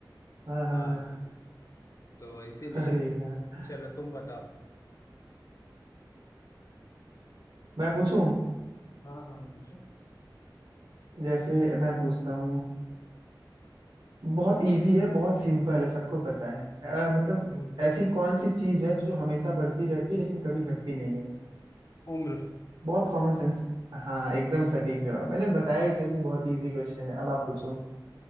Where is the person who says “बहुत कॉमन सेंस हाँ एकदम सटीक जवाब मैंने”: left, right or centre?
Right